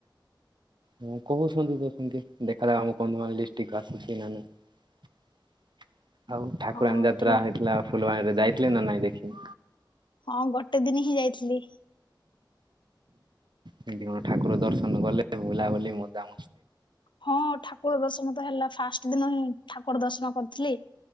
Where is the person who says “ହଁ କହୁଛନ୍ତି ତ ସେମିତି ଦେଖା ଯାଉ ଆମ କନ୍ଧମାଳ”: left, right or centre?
Right